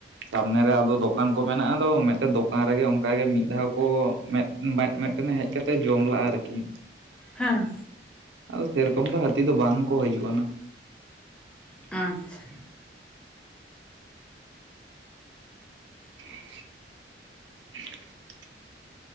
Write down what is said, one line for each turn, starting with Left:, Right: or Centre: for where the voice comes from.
Right: ᱥᱟᱢᱱᱮ ᱨᱮ ᱟᱫᱚ ᱫᱚᱠᱟᱱ ᱠᱚ ᱢᱮᱱᱟᱜᱼᱟ ᱟᱫᱚ ᱢᱤᱫᱴᱮᱜ ᱫᱚᱠᱟᱱ ᱨᱮᱜᱮ ᱚᱱᱠᱟ ᱜᱮ ᱢᱤᱫ ᱫᱷᱟᱣ ᱠᱚ ᱢᱮᱫ <unintelligible> ᱢᱮᱫᱴᱮᱱᱮ ᱦᱮᱡ ᱠᱟᱛᱮᱜ ᱡᱚᱢ ᱞᱟᱜᱼᱟ ᱟᱨᱠᱤ ᱾
Centre: ᱦᱟᱸ ᱾
Right: ᱟᱫᱚ ᱥᱮᱨᱚᱠᱚᱢ ᱫᱚ ᱦᱟᱹᱛᱤ ᱫᱚ ᱵᱟᱝ ᱠᱚ ᱦᱤᱡᱩᱜ ᱠᱟᱱᱟ ᱾
Centre: ᱟᱪᱪᱷᱟ ᱾
Right: <inaudible>